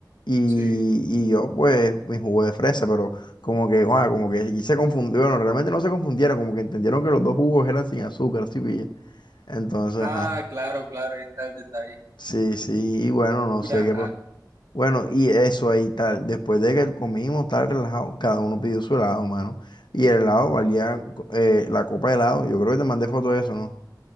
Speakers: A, on the left; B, on the right.
A: Y,
B: Sí.
A: y yo pues mi jugo de fresa, pero como que, guau, como que y se confundió, bueno, realmente no se confundieron, como que entendieron que los dos jugos eran sin azúcar, sí, pilla. Entonces,
B: Ah,
A: ajá,
B: claro, claro, ahí está el detalle.
A: sí, sí, y bueno, no
B: Y
A: sé
B: ajá.
A: qué pasó. Bueno, y eso ahí tal, después de que comimos tal relajado, cada uno pidió su helado, mano. Y el helado valía, eh, la copa de helado, yo creo que te mandé foto de eso, ¿no?